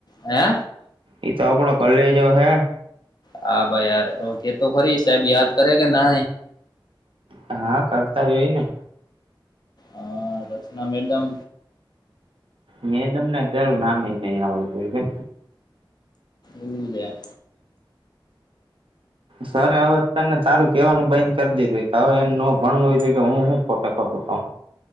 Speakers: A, on the left (about 50°); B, on the right (about 75°).
A: હે
B: એ તો આપડો કલેજો હે.
A: હા ભાઈ યાર ઓકે તો ખરી સાહેબ યાદ કરે કે નય
B: હા કરતા હોય ને
A: આ રચના મેડમ
B: મેં તમને અત્યારે નામ નહિ આવડતું હોય.
A: ઓલું જ એમ.
B: સર હવે તને તારું કેવાનું બંધ કરી દીધું હોય કે હવે એને નો ભણવું હોય કે હું હું ખોટે ખોટું કઉ.